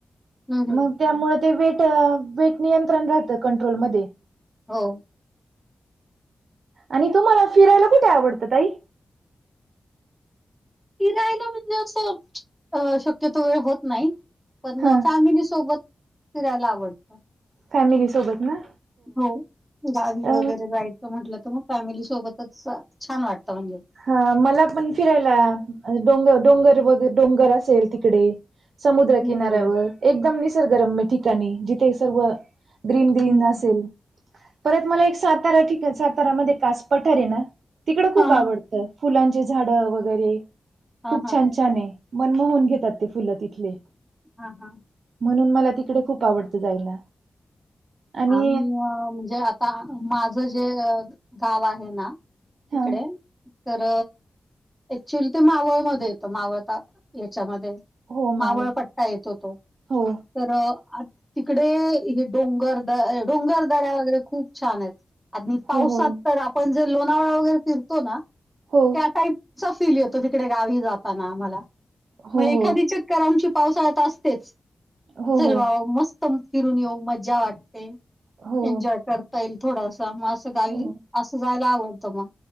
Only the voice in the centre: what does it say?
हं, हं.
हो.
फिरायला म्हणजे असं अ शक्यतो वेळ होत नाही. पण
फॅमिली सोबत फिरायला आवडतं.
हो गावी
वगैरे जायचं म्हटलं तर मग फॅमिली सोबतच छान वाटत म्हणजे.
हम्म.
हं, हं.
हां,
हां.
हां,
हां.
हा हा.
आम्ही म्हणजे माझं जे गाव आहे ना
इकडे तर ऍक्च्युली ते मावळमध्ये येतं मावळता याच्यामध्ये.
मावळपट्टा
येतो तो
तर तिकडे हे डोंगर डोंगर दऱ्या वगैरे खूप छान आहेत आणि पावसात
तर पण जर लोणावळा वगैरे फिरतो ना
त्या टाईप फील येतो तिकडे गावी जाताना आमाला
मग एखादीच
करमची पावसाळ्यात असतेच
सव
मस्त फिरून येऊ मज्जा वाटते ते
एन्जॉय करता येईल थोडासा मग असं गावी
असं जायला आवडत मग